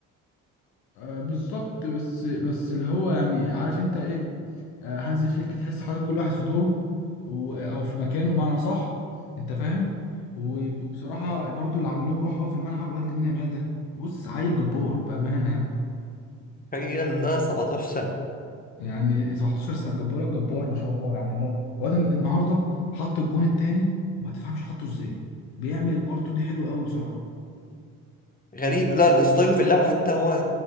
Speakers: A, on the left; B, on the left.
A: آه بالظبط بس بس اللي هو يعني عارف انت ايه آه هانز فليك تحس حاطط كل واحد في دوره و- او في مكانه بمعنى صح انت فاهم و- وبصراحه برضو اللي عامل لهم روح قوي في الملعب الواد لامين يامال ده بص عيل جبار بامانه يعني
B: تخيل ده 17 سنة
A: يعني 17 سنه جبار الجبار ما شاء الله يعني النا- الواد الن- النهارده حط الجون التاني ما تفهمش حطه ازاي بيعمل الار 2 دي حلوه قوي بصراحه
B: غريب لا لا، ستايله في اللعبة حتى هو